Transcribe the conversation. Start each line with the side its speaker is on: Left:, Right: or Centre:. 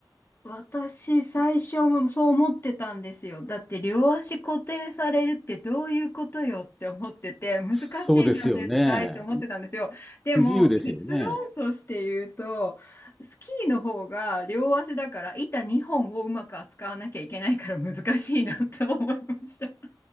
Left: 私、最初もそう思ってたんですよ。だって、両足固定されるってどういうことよって思ってて、難しいじゃん、
Centre: そうですよね。
Left: 絶対って思ってたんですよ。でも、
Centre: 不自由ですよね。
Left: 結論として言うと、スキーの方が両足だから、板2本をうまく扱わなきゃいけないから難しいなって思いました。